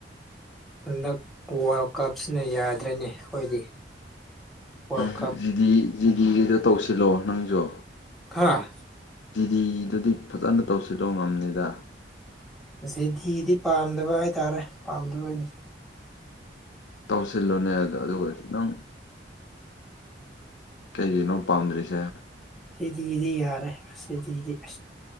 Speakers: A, in the centre; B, on the left.
A: ꯍꯟꯗꯛ ꯋꯥꯔꯜ ꯀꯞꯁꯤꯅ ꯌꯥꯗ꯭ꯔꯅꯤ ꯑꯩꯈꯣꯏꯗꯤ ꯋꯥꯔꯜ
B: ꯅꯪ
A: ꯀꯞ
B: ꯖꯤꯗꯤ ꯖꯤꯗꯤꯒꯤꯗꯣ ꯇꯧꯁꯤꯜꯂꯣ ꯅꯪꯁꯨ
A: ꯍꯥꯥ
B: ꯖꯤꯗꯤꯗꯨꯗꯤ ꯐꯖꯅ ꯇꯧꯁꯤꯜꯂꯣ ꯉꯝꯅꯤꯗ
A: ꯦꯙꯤꯗꯤ ꯄꯥꯝꯗꯕ ꯍꯥꯏꯇꯥꯔꯦ ꯄꯥꯝꯗꯕꯅꯤ
B: ꯇꯧꯁꯤꯜꯂꯨꯅꯦ ꯑꯗ ꯑꯗꯨꯒ ꯈꯤꯇꯪ ꯀꯩꯒꯤꯅꯣ ꯄꯥꯝꯗ꯭ꯔꯤꯁꯦ
A: ꯗꯤ ꯌꯔꯦ ꯑꯁꯤꯁꯗꯤ ꯑ